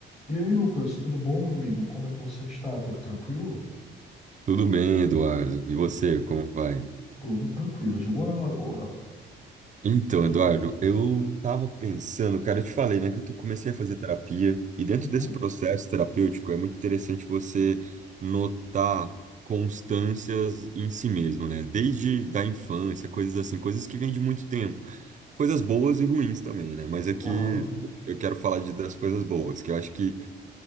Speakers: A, on the left; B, on the right.
A: E aí, Lucas, tudo bom, meu amigo? Como é que você está? Tudo tranquilo?
B: Tudo bem, Eduardo? E você, como vai?
A: Tudo tranquilo, de boa na lagoa.
B: Então, Eduardo, eu tava pensando, cara, eu te falei, né, que eu tô- comecei a fazer terapia, e dentro
A: Uhum,
B: desse processo terapêutico é muito interessante você notar constâncias em si mesmo, né? Desde da infância, coisas assim, coisas que vêm de muito tempo. Coisas boas e ruins também, né? Mas aqui
A: Aham,
B: eu quero falar de, das coisas boas, que eu acho que